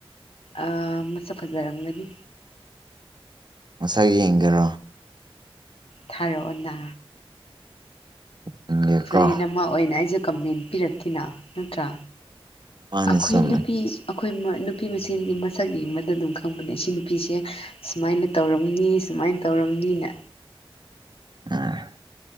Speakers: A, on the left; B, on the right.
A: ꯑ ꯃꯁꯛ ꯐꯖꯔꯝꯒꯅꯤ
B: ꯃꯁꯛ ꯌꯦꯡꯒꯦꯔꯣ
A: ꯊꯥꯔꯛꯑꯣꯅꯥ
B: ꯌꯦꯡꯒꯦꯀꯣ
A: ꯐ꯭ꯔꯦꯟ ꯑꯃ ꯑꯣꯏꯅ ꯑꯩꯁꯨ ꯀꯃꯦꯟ ꯄꯤꯔꯛꯀꯦꯅ ꯅꯠꯇ꯭ꯔꯥ
B: ꯃꯥꯅꯦ
A: ꯑꯈꯣꯏ
B: ꯆꯨꯝꯃꯦ
A: ꯅꯨꯄꯤ ꯑꯩꯈꯣꯏ ꯃ ꯅꯨꯄꯤ ꯃꯁꯦꯟꯗꯤ ꯃꯁꯛ ꯌꯦꯡꯕꯗ ꯑꯗꯨꯝ ꯈꯪꯕꯅꯦ ꯑꯁꯤ ꯅꯨꯄꯤꯁꯦ ꯁꯨꯃꯥꯏꯅ ꯇꯧꯔꯝꯅꯤ ꯁꯨꯃꯥꯏꯅ ꯇꯧꯔꯝꯅꯤꯅ
B: ꯑ